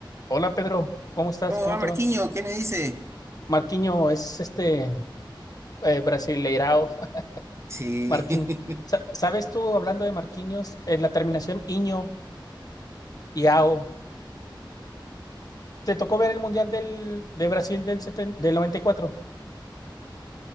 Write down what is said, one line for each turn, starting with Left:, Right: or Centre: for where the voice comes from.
Left: Hola Pedro, ¿cómo estás?
Right: ¿Cómo
Left: ¿Cómo
Right: va
Left: te
Right: Marquiño?
Left: va?
Right: ¿Qué me dice?
Left: Marquinho es este eh, brasileirao, <laughs>
Right: Sí,
Left: Marquinho. Sa-
Right: <laughs>
Left: ¿Sabes tú, hablando de Marquinhos, eh, la terminación iño y ao? ¿Te tocó ver el Mundial del, de Brasil del, 70 del 94?